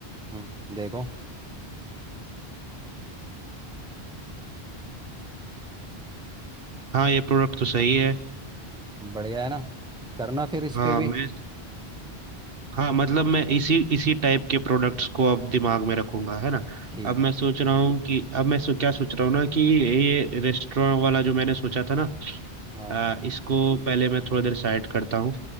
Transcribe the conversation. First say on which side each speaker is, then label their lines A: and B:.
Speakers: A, in the centre; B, on the right.
A: हम्म देखो
B: हाँ ये प्रोडक्ट तो सही है
A: बढ़िया है ना करना फिर इस
B: हाँ
A: पे भी
B: मैं हाँ मतलब मैं इसी इसी टाइप के प्रोडक्ट्स को अब दिमाग में रखूंगा है ना
A: ठीक
B: अब मैं
A: है
B: सोच रहा हूँ कि अब मैं सो, क्या सोच रहा हूँ ना कि ये रेस्टोरेंट वाला जो मैंने सोचा था ना
A: हाँ
B: अ, इसको पहले मैं थोड़ा देर साइड करता हूँ